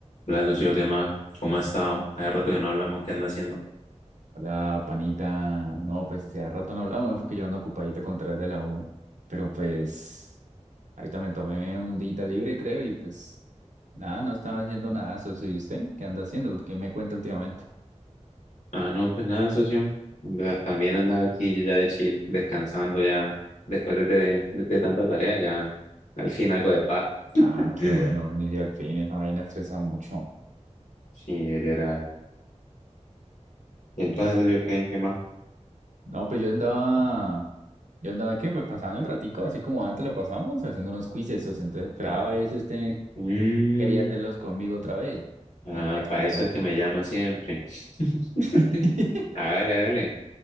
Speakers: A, on the left; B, on the right.
A: Hola, socio, ¿qué más? ¿Cómo ha estado? Hace rato que no hablamos, ¿qué anda haciendo?
B: Hola, panita. No, pues hace rato no hablamos, fue que yo ando ocupadito con tres de la U, pero pues ahorita me tomé un día libre, creo, y pues nada, no estaba haciendo nada, socio. ¿Y usted qué anda haciendo? ¿Qué me cuenta últimamente?
A: Ah, no, pues nada, socio. Ya- También andaba aquí yo ya de chill, descansando ya. Después de, de- de de tanta tarea, ya al fin algo de paz.
B: Ah,
A: <laughs>
B: qué bueno, venir al fin, esa vaina estresa mucho.
A: Sí, literal. ¿Y
B: Entonces,
A: entonces, socio, qué, qué más?
B: no, pues yo andaba, yo andaba, ¿qué? Pues pasando el ratico, así como antes lo pasamos, haciendo unos quizzes, socio. Entonces esperaba a ver si usted
A: Mm,
B: quería hacerlos conmigo otra vez,
A: ah,
B: o ya se cansó.
A: para eso es que me llama siempre. <laughs>
B: <laughs>
A: Hágale, hágale.